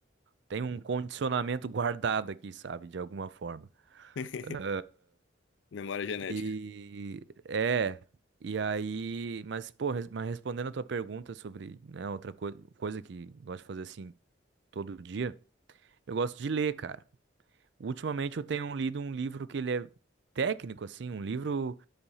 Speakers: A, on the right; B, on the left.
A: tenho um condicionamento <laughs> guardado aqui, sabe, de alguma forma.
B: <laughs>
A: Aham.
B: Memória genética.
A: E é, e aí, mas pô, res- mas respondendo a tua pergunta sobre, né, outra coi- coisa que eu gosto de fazer assim todo dia, eu gosto de ler, cara. Ultimamente eu tenho lido um livro que ele é técnico assim, um livro